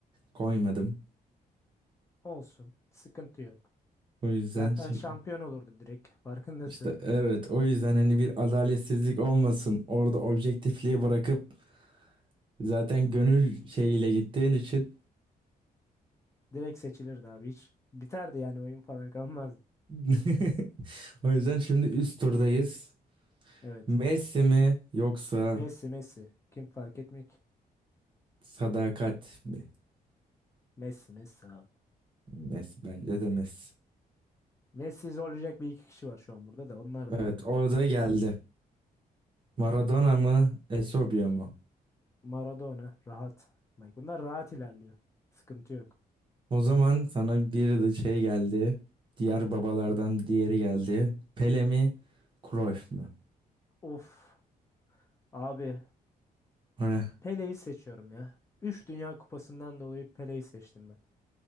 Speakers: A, on the right; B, on the left.
A: koymadım.
B: Olsun. Sıkıntı yok.
A: O yüzden
B: Zaten
A: şey-
B: şampiyon olurdu direkt. <laughs> Farkındasın.
A: işte evet o yüzden hani bir adaletsizlik olmasın. Orada objektifliği bırakıp zaten gönül şeyiyle gittiğin için.
B: Direkt seçilirdi abi. Hiç biterdi yani oyun falan kalmazdı.
A: <laughs> O yüzden şimdi üst turdayız.
B: Evet.
A: Messi mi yoksa
B: Messi Messi. Kim fark etmek?
A: sadakat mi?
B: Messi Messi abi.
A: Messi bence de Messi.
B: Messi zorlayacak bir iki kişi var şu an burada da. Onlar da
A: Evet
B: bilmiyorum
A: orada
B: ya.
A: geldi. Maradona mı
B: Kim?
A: Eusebio mu?
B: Maradona rahat. Bak bunlar rahat ilerliyor. Sıkıntı yok.
A: O zaman sana bir de şey geldi. Diğer babalardan diğeri geldi. Pele mi? Cruyff mu?
B: Of abi
A: Heh,
B: Pele'yi seçiyorum ya. üç Dünya Kupası'ndan dolayı Pele'yi seçtim ben.